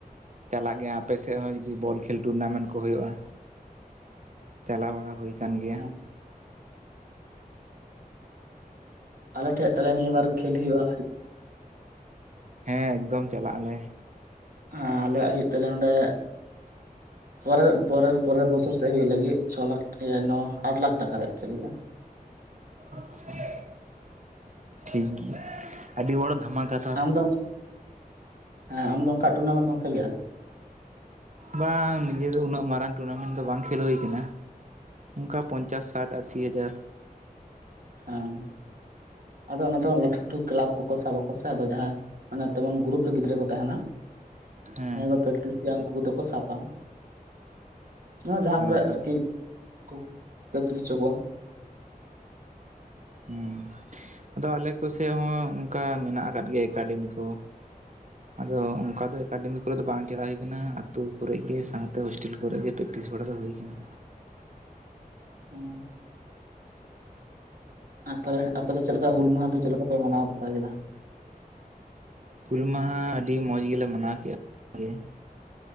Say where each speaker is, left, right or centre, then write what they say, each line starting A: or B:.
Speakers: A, on the right; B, on the right.
A: ᱪᱟᱞᱟᱜ ᱜᱮᱭᱟ ᱟᱯᱮ ᱥᱮᱫ ᱦᱚᱸ ᱡ ᱵᱚᱞ ᱠᱷᱮᱞ ᱴᱩᱨᱱᱟᱢᱮᱱᱴ ᱠᱚ ᱦᱩᱭᱩᱜᱼᱟ ᱪᱟᱞᱟᱣ ᱵᱟᱲᱟ ᱦᱩᱭ ᱟᱠᱟᱱ ᱜᱮᱭᱟ᱾
B: ᱦᱮᱸ ᱟᱞᱮ ᱴᱷᱮᱡ ᱛᱟᱦᱚᱞᱮ ᱱᱤᱭᱟᱹ ᱵᱟᱨ ᱠᱷᱮᱞ ᱦᱩᱭᱩᱜᱼᱟ᱾
A: ᱦᱮᱸ ᱮᱠᱫᱚᱢ ᱪᱟᱞᱟᱜ ᱟᱞᱮ
B: ᱟᱞᱮᱭᱟᱜ ᱦᱩᱭᱩᱜ ᱛᱟᱞᱮ ᱚᱸᱰᱮ ᱯᱚᱨᱮᱨ ᱯᱚᱨᱮᱨ ᱯᱚᱨᱮᱨ ᱵᱚᱪᱷᱚᱨ ᱥᱮᱫᱳᱭᱳᱜ ᱞᱟᱹᱜᱤᱫ ᱪᱷᱚ ᱞᱟᱠᱷ ᱤᱭᱟᱹ ᱱᱚ ᱟᱴ ᱞᱟᱠᱷ ᱴᱟᱠᱟ ᱨᱮᱭᱟᱜ ᱠᱷᱟᱹᱞᱤᱜᱼᱟ᱾
A: <inaudible> ᱴᱷᱤᱠ ᱜᱮᱭᱟ ᱟᱹᱰᱤ ᱵᱚᱲᱚ ᱫᱷᱷᱟᱢᱟᱠᱟ
B: ᱟᱢ ᱫᱚ ᱦᱮᱸ ᱟᱢᱫᱚ ᱚᱱᱠᱟ ᱴᱩᱨᱱᱟᱢᱮᱱᱴ ᱠᱚᱢ ᱠᱷᱮᱞ ᱜᱮᱭᱟ᱾
A: ᱵᱟᱝ ᱱᱤᱡᱮ ᱫᱚ ᱩᱱᱟᱹᱜ ᱢᱟᱨᱟᱝ ᱴᱩᱨᱱᱟᱢᱮᱱᱴ ᱫᱚ ᱵᱟᱝ ᱠᱷᱮᱞᱳ ᱦᱩᱭ ᱠᱟᱱᱟ ᱚᱱᱠᱟ ᱯᱚᱧᱪᱟᱥ ᱥᱟᱴ ᱟᱥᱤ ᱦᱟᱡᱟᱨ
B: ᱦᱚᱸ᱾ ᱟᱫᱚ ᱚᱱᱟᱛᱮ ᱞᱟᱹᱴᱩ ᱞᱟᱹᱴᱩ ᱠᱞᱟᱵᱽ ᱠᱚᱠᱚ ᱥᱟᱵ ᱟᱠᱚ ᱥᱮᱮ ᱟᱫᱚ ᱡᱟᱦᱟᱸᱭ ᱢᱟᱱᱮ ᱛᱮᱢᱚᱱ ᱜᱨᱩᱯ ᱨᱮ ᱜᱤᱫᱽᱨᱟᱹ ᱠᱚ ᱛᱟᱦᱮᱱᱟ
A: ᱦᱮᱸ
B: ᱱᱤᱭᱟᱹ ᱠᱚ ᱯᱨᱮᱠᱴᱤᱥ ᱜᱮᱭᱟ ᱩᱱᱠᱩ ᱠᱚᱫᱚ ᱠᱚ ᱥᱟᱯᱼᱟ᱾ ᱢᱟᱱᱮ ᱡᱟᱦᱟᱸ
A: ᱦᱮᱸ
B: ᱠᱚᱨᱮ ᱟᱨᱠᱤ ᱠᱚ ᱯᱮᱠᱴᱤᱥ ᱦᱚᱪᱚ ᱠᱚᱣᱟ᱾
A: ᱦᱮᱸ ᱟᱫᱚ ᱟᱞᱮ ᱠᱚᱥᱮᱫ ᱦᱚᱸ ᱚᱱᱠᱟ ᱢᱮᱱᱟᱜ ᱟᱠᱟᱫ ᱜᱮᱭᱟ ᱮᱠᱟᱰᱮᱢᱤ ᱠᱚ᱾
B: <inaudible>
A: ᱟᱫᱚ ᱚᱱᱠᱟ ᱫᱚ ᱮᱠᱟᱰᱮᱢᱤ ᱠᱚᱨᱮ ᱫᱚ ᱵᱟᱝ ᱪᱟᱞᱟᱣ ᱦᱩᱭ ᱟᱠᱟᱱᱟ ᱟᱛᱳ ᱠᱚᱨᱮ ᱜᱮ ᱥᱟᱶᱛᱮ ᱦᱳᱥᱴᱮᱞ ᱠᱚᱨᱮ ᱜᱮ ᱯᱨᱮᱠᱴᱤᱥ ᱵᱟᱲᱟ ᱫᱚ ᱦᱩᱭ ᱜᱮᱱᱟ᱾
B: ᱚᱸ᱾ ᱟᱨ ᱛᱟᱦᱚᱞᱮ ᱟᱯᱮ ᱫᱚ ᱪᱮᱫ ᱞᱮᱠᱟ ᱦᱩᱞ ᱢᱟᱦᱟ ᱫᱚ ᱪᱮᱫ ᱞᱮᱠᱟ ᱯᱮ ᱢᱟᱱᱟᱣ ᱵᱟᱛᱟᱣ ᱠᱮᱫᱟ?
A: ᱦᱩᱞ ᱢᱟᱦᱟ ᱟᱹᱰᱤ ᱢᱚᱸᱡᱽ ᱜᱮᱞᱮ ᱢᱟᱱᱟᱣ ᱠᱮᱫᱼᱟ ᱜᱮ